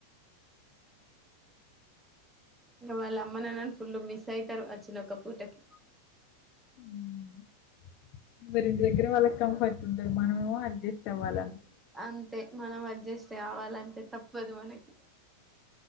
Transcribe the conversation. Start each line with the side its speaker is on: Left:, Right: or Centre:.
Centre: ఇంగ వాళ్ళ అమ్మనాన్నని ఫుల్లు మిస్ అయితరు. అచ్చిన ఒక్క పూటకి
Left: ఉహ్మ్ ఎవరింటి దగ్గర వాళ్ళకి కంఫర్ట్ ఉంటది మనమేమో అడ్జస్ట్ అవ్వాల
Centre: అంతే మనం అడ్జస్ట్ కావాలంతే తప్పదు మనకి